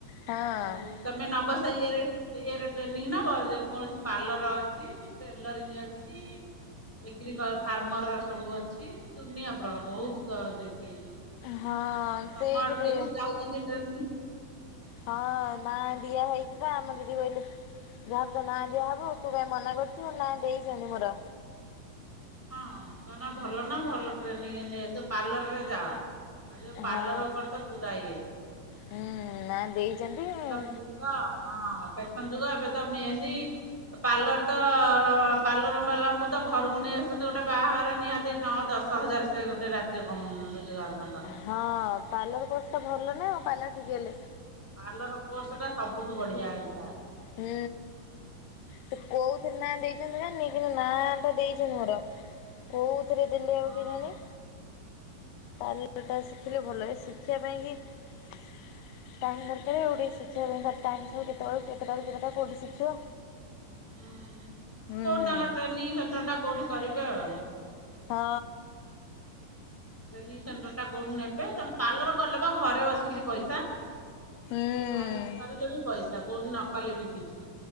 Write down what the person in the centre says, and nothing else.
ଆଉ ତମେ ନବ ସେ ଇଏରେ। ସେ ଇଏରେ ଟ୍ରେନିଂ ନେବ ଯେ କୌଣସି ପାର୍ଲର ଅଛି ଟେଲରିଂ ଅଛି। ଏଗ୍ରିକଲ ଫାର୍ମରର ସବୁ ଅଛି ଦୁନିଆ ପ୍ର ବହୁତ ଦେଖେଇ।
ଆଉ ତମ
ଆଡୁ କିଏ ସବୁ ଯାଉଛନ୍ତି ଟ୍ରେନିଂ
ହଁ ତମେ ଭଲ
ନା ଭଲ ଟ୍ରେନିଂ ନେଇ ଆସ ପାର୍ଲରରେ ଯାଅ। ଆଜିକା ପାର୍ଲର
ଉପର ତ ପୁରା ଇଏ
<unintelligible> ହଁ ହଁ ଫେଶନ୍ ଯୁଗ ଏବେ ତ ମେହେନ୍ଦୀ। ପାର୍ଲର ତ ପାର୍ଲର ବାଲାଙ୍କୁ ତ ଘରକୁ ନେଇ ଆସ ଆସନ୍ତୁ ଗୋଟେ ବାହାଘର ନିହାତି ନଅ ଦଶ ହଜାର ସେ ଗୋଟେ ରାତିରେ କଣ ରୋଜଗାର ତାଙ୍କର?
ପାର୍ଲର କୋର୍ସ ଟା ସବୁଠୁ ବଢିଆ ହେଇଥା।
ହଁ
ହଁ
କେଉଁଠି ତାଙ୍କ ଟ୍ରେନିଂ ସେଣ୍ଟରଟା କେଉଁଠି କରିବେ ଆଉ।
ଟ୍ରେନିଂ ସେଣ୍ଟରଟା କେଉଁଠୁ ନେବେ ତମେ ପାର୍ଲର କଲେ ବା ଘରେ ବସିକିରି ପଇସା।
ଘରେ ରହିଲେ ବି ପଇସା କୋଉଠି ନ କଲେ ବି କିଛି